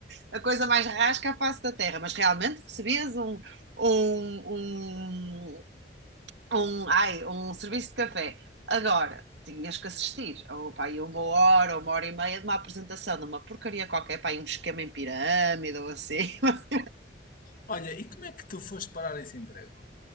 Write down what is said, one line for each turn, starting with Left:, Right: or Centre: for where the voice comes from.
Right: a coisa mais rasca à face da terra, mas realmente recebias um, um, um, um, ai, um serviço de café. Agora, tinhas que assistir ou pá, aí uma hora ou uma hora e meia de uma apresentação de uma porcaria qualquer, pá, aí um esquema em pirâmide ou assim. <laughs>
Left: Olha, e como é que tu foste parar esse emprego?